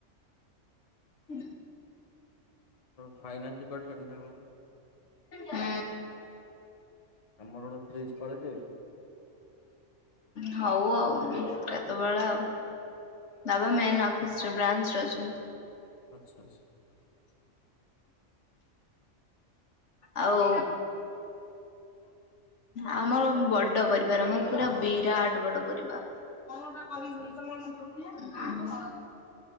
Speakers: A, on the left; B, on the left.
A: ହ।
B: ଫାଇନାନ୍ସ ଡିପାର୍ଟମେଣ୍ଟ କଣ?
A: ହ।
B: ଆମର ଗୋଟେ ଫ୍ରିଜ କରେଇଦେ
A: ହଉ ଆଉ କେତେବେଳେ ଆଉ ବାବା ମେନ୍ ଅଫିସ ର ବ୍ରାଞ୍ଚ ର ଅଛ ଛନ୍ତି।
B: ଆଚ୍ଛା ଆଚ୍ଛା। <inaudible>
A: ଆଉ ଆମର ବଡ ପରିବାର ଆମର ପୁରା ବିରାଟ ବଡ ପରିବାର। ଉଁ
B: ଆଚ୍ଛା ଆଚ୍ଛା
A: <inaudible>